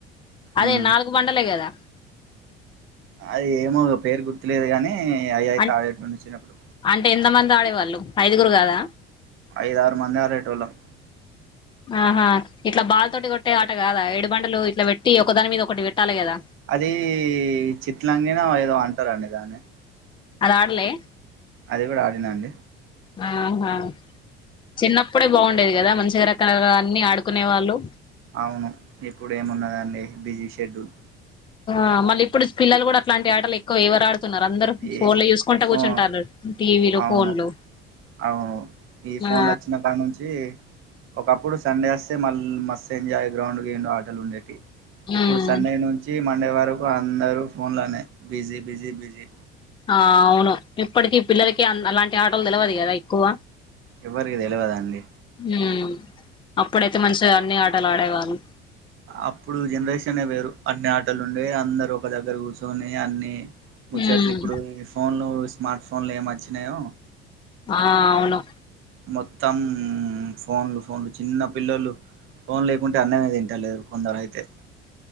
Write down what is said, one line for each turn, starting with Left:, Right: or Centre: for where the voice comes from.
Left: అదే
Right: ఉమ్
Left: నాలుగు బండలే కదా
Right: అది ఏమో ఒక పేరు గుర్తులేదు కాగానీ అయి అయితే
Left: అం
Right: ఆడేటోనీ చినప్పుడు
Left: అంటే ఎంత మంది ఆడేవాళ్ళు ఐదుగురు కదా
Right: ఐదు ఆరు మంది ఆడేటోలమ్
Left: ఆహా ఇట్లా బాల్ తోటి కొట్టే ఆట కాదా ఎడుబండలు ఇట్లా పెట్టి ఒకదాని మీద ఒకటి పెట్టాలి కదా
Right: అది చిత్లంగనా ఏదో అంటారండి దాన్ని
Left: అది ఆడలే
Right: అది కూడా ఆడినా అండి
Left: ఆహా చిన్నప్పుడే బాగుండేది కదా మంచిగా రకలుగా అన్ని ఆడుకునే వాళ్ళు
Right: అవును ఇప్పుడ ఏమున్నదండి బిజీ షెడ్యూల్
Left: ఆ మళ్ళీ ఇప్పుడు పిల్లలు కూడా అట్లాంటి ఆటలు ఏ కో ఎవరు ఆడుతున్నారు అందరు ఫోన్
Right: ఏ
Left: లో యూసుకుంటా
Right: ఫో
Left: కూర్చుంటారు టీవీలు
Right: అవును
Left: ఫోన్లు
Right: అవును ఈ ఫోన్లు
Left: ఆ
Right: వచ్చిన కా నుంచి ఒకప్పుడు సండే వస్తే మళ్ళీ మస్ ఎంజాయ్ గ్రౌండు గివుండు ఆటలు ఉండేటివి
Left: ఉమ్
Right: ఇప్పుడు సండే నుంచి మండే వరకు అందరూ ఫోన్లోనే బిజీ బిజీ బిజీ
Left: ఆ అవును ఇప్పటికి పిల్లలకి అలాంటి ఆటలు తెలివదు కదా ఎక్కువ
Right: ఎవ్వరికి తెలియద అండి
Left: ఉ అప్పుడైతే మంచిగా అన్ని ఆటలు ఆడేవాళ్లు
Right: అప్పుడు జనరేషన్ వేరు అన్ని ఆటలు ఉండేవి అందరు ఒక దగ్గర కూర్చొని అన్ని ముచ్చట్లు
Left: ఉమ్
Right: ఇప్పుడు ఈ ఫోన్లు స్మార్ట్ ఫోన్లు ఏమ వచ్చినాయో
Left: హా అవును
Right: మొత్తం ఫోన్లు ఫోన్లు చిన్న పిల్లలు ఫోన్ లేకుంటే అన్నమే దిన్ లేరు కొందరు అయితే